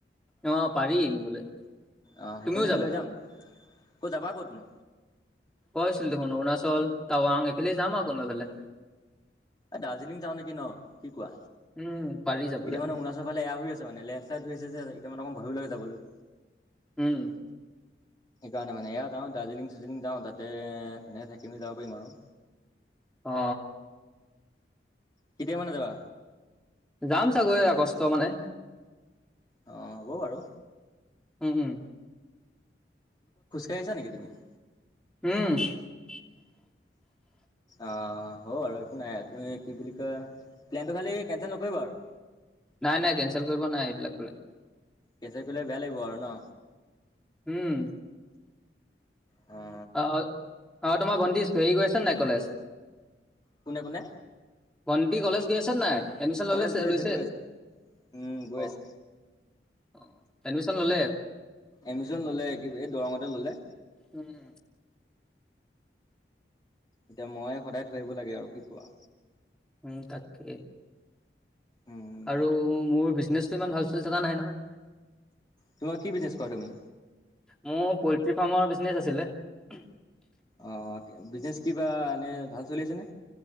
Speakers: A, in the centre; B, on the left.
A: অ পাৰি নিবলৈ
B: অহ সেইখনকে
A: তুমিও যাবা
B: লৈ যাম কত যাবা কতনো
A: কৈছিলো দেখোন অৰুণাচল টাৱাং এইফালে যাম আ কোনবাফালে
B: এই দাৰ্জিলিং যাওঁ নেকি ন কি কোৱা
A: উম পাৰি যাবলৈ
B: এতিয়া মানে অৰুণাচৰ ফালে এয়া হৈ আছে মানে লেণ্ডছ্লাইড হৈ আছে যে এতিয়া মানে অকন ভয়ো লাগে যাবলৈ
A: উম
B: কাৰণে মানে এয়া যাওঁ দাৰ্জিলিং চাৰ্জিলিং যাওঁ তাতে ধুনীয়াকে থাকি মেলি যাব পাৰিম আৰু
A: অ
B: কেতিয়া মানে যাবা
A: যাম চাগৈ আগষ্ট মানে
B: অ হব বাৰু
A: উম উম
B: কইআছা নেকি তুমি <unintelligible>
A: উম <inaudible>
B: অ হ' আৰু একো নাই তুমি কি বুলি কোৱা প্লেনটো খালী কেনচেল নকৰিবা আৰু
A: নাই নাই কেনচেল কৰিব নাই এইবিলাক ব <unintelligible>
B: কেচা কৰিলে বেয়া লাগিব আৰু ন
A: উম
B: অ
A: অঁ অঁ তোমাৰ ভণ্টি হেৰি গৈ আছে নাই কলেজ
B: কোনে কোনে
A: ভণ্টি কলেজ গৈ আছে নে নাই এডমিশ্যন ললে
B: কলেজ গৈ
A: লৈছে
B: আছে গৈ আছে উম গৈ
A: অ
B: আছে
A: অ এডমিশ্যন ললে
B: এডমিশন ল'লে কি বুলি এই দৰঙতে ল'লে।
A: উম
B: এতিয়া মই সদায় থৈ আহিব লাগে আৰু কি কোৱা।
A: উম তাকে।
B: উম,
A: আৰু মোৰ বিজনেচটো ইমান ভাল চলি থকা নাই নহয়।
B: তোমাৰ কি বিজনেছ কৰা তুমি?
A: মোৰ পয়েট্ৰী ফাৰ্মৰ বিজ <unintelligible> ছলে <unintelligible>
B: অহ, বিজনেচ কিবা এনে ভাল চলি আছে নে?